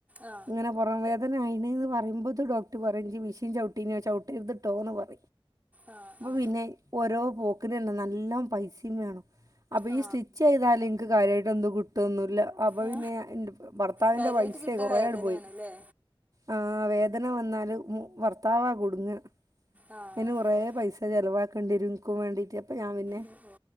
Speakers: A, on the right; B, on the right.
A: ആ
B: ഇങ്ങനെ പൊറംവേ ദന ആയിണ് ന്ന് പറയുംബോത്തിന് ഡോക്ടർ പറയും ജ്ജ് മെഷീൻ ചവിട്ടീനിയോ ചവിട്ടിരുതട്ടോ ന്ന് പറ
A: ആ
B: പ്പൊ
A: ആ
B: പിന്നെ ഓരോ പോ <unintelligible> നല്ലോം പൈസേം വേണം അപ്പോ
A: ആ
B: ഈ സ്റ്റി ൽ ൻക്ക് കാര്യയിട്ട് എന്ത്‌ കിട്ട്വെന്ന് ല്ല അപ്പ
A: ആ
B: പിന്നെ എന്റെ ഭർത്താവിന്റെ
A: കാര്യായിട്ട്
B: പൈസ
A: കിട്ടിയ
B: കുറേ
A: വേദനയാണല്ലേ
B: ആട് പോയി ആ വേദന വന്നാൽ മു ഭർത്താവാ കുട്ങ്ങാ
A: ആ
B: അയിന് കൊറെ
A: അങ്ങനെ
B: പൈസ ചിലവാ ആക്കണ്ടിരും നിക്ക് വേണ്ടിട്ട് പ്പം ഞാൻ പിന്നെ
A: ഓ ഓ